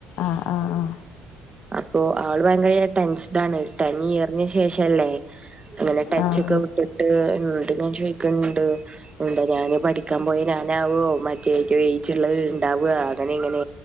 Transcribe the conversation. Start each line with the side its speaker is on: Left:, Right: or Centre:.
Left: ആഹ് അഹ് ആഹ്
Right: അപ്പൊ അവള് ഭയങ്കര ടെൻസ്ഡാണ് ടെൻ ഇയറിനു ശേഷല്ലേ അങ്ങനെ ടച്ചൊക്കെ
Left: ആഹ് ആഹ്
Right: വിട്ടിട്ട് എന്തിനാന്നു ചോദിക്കണ്ട് ഉണ്ട ഞാന് പഠിക്കാൻ പോയ ഞാനാവുവോ മറ്റേ ഏറ്റ ഏജ ഉുള്ളത് ഉണ്ടാവുക അങ്ങനെ ഇങ്ങനെ